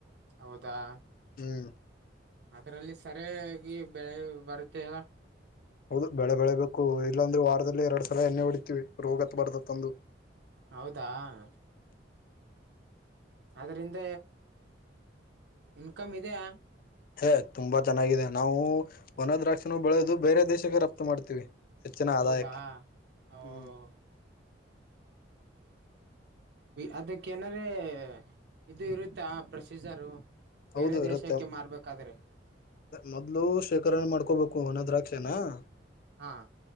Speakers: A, on the right (about 65°); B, on the left (about 50°).
A: ಹೌದಾಆ
B: ಹ್ಮು
A: ಅದರಲ್ಲಿ ಸರಿಯಾಗಿ... ಬೆಳೆ ಬರತೆವಾ
B: ಹೌದು ಬೆಳೆ ಬೆಳೆಬೇಕು ಇಲ್ಲಾಂದ್ರೆ ವಾರದಲ್ಲಿ ಎರಡ್ ಸರಿ ಎಣ್ಣೆ ಹೊಡಿತೇವಿ ರೋಗ ಹಬಾರ್ದದು
A: ಹೌದಾಆ,,, ಅದರಿಂದ ಇನ್ಕಮ್ ಇದೆಯಾ
B: ಹೇ ತುಂಬಾ ಚೆನ್ನಾಗಿದೆ ನಾವು ಒನ ದ್ರಾಕ್ಷನು ಬೆಳೆದು ಬೇರೆ ದೇಶಕ್ಕೆ ರಫ್ತು ಮಾಡ್ತೀವಿ ಹೆಚ್ಚಿನ
A: ಹೌದಾ
B: ಆದಾಯಕ್ಕೆ
A: ಓಹೋ
B: ಹ್ಮ್
A: ಅದಕ ಎನರೆ ಇದು ಇರುತ್ತಾ ಪ್ರೊಸೀಜರು
B: ಹೌದು
A: ಬೇರೆ
B: ಇರುತ್ತೆ,
A: ದೇಶಕ್ಕೆ ಮಾರ್ಬೇಕಾದ್ರೆ
B: ಮೊದ್ಲು ಶೇಖರಣೆ ಮಾಡ್ಕೋಬೇಕು ಒನ ದ್ರಾಕ್ಷನ ಹಾ
A: ಹಾಆ